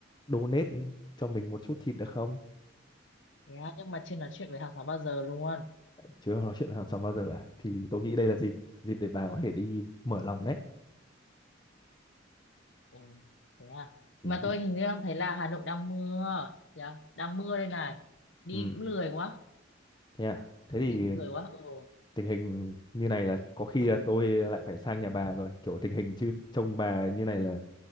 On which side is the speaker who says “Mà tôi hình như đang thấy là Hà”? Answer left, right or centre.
Left